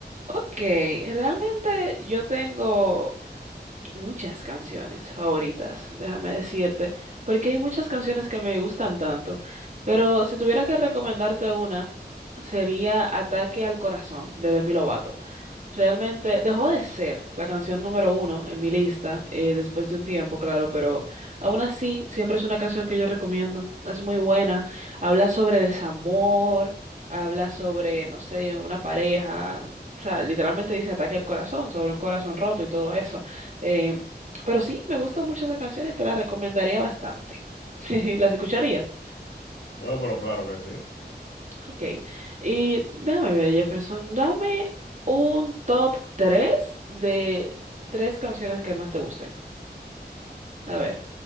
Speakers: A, on the right (about 45°); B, on the left (about 85°).
A: Ok, realmente yo tengo muchas canciones favoritas, déjame decirte, porque hay muchas canciones que me gustan tanto, pero si tuviera que recomendarte una, sería Ataque al Corazón de Demi Lovato. Realmente dejó de ser la canción número uno en mi lista eh, después de un tiempo, claro, pero aún así siempre es una canción que yo recomiendo. Es muy buena, habla sobre desamor, habla sobre, no sé, una pareja, o sea, literalmente dice ataque al corazón, sobre un corazón roto y todo eso. Eh, pero sí, me gusta mucho esa canción y te la recomendaría bastante. <laughs> ¿Las escucharías?
B: No, pero claro que sí.
A: Ok. Y déjame ver, Jefferson, dame un top 3 de tres canciones que más te gusten. A ver.